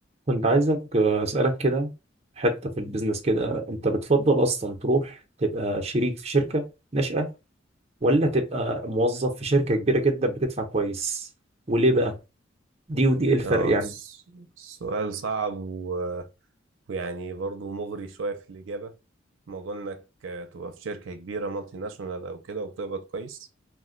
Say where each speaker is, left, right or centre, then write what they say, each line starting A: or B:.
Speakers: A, on the right; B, on the right.
A: كنت عايزك آه، أسألك كده حتة في البيزنس كده أنت بتفضل أصلا تروح تبقى شريك في شركة ناشئة ولا تبقى موظف في شركة كبيرة جدا بتدفع كويس وليه بقى دي ودي إيه الفرق
B: اه
A: يعني
B: س- سؤال صعب و... ويعني برضو مغري شوية في الإجابة موضوع إنك آه، تبقى في شركة كبيرة مالتي ناشونال أو كده وبتقبض كويس